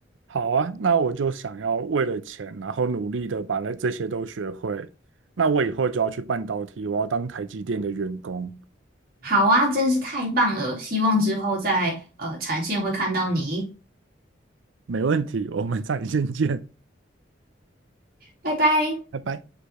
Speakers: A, on the right; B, on the right.
A: 好啊，那我就想要为了钱，然后努力的把那这些都学会。那我以后就要去半导体，我要当台积电的员工。
B: 好啊，真是太棒了！希望之后在呃产线会看到你，
A: 没问题，我们再见见。
B: 拜拜。
A: 拜拜。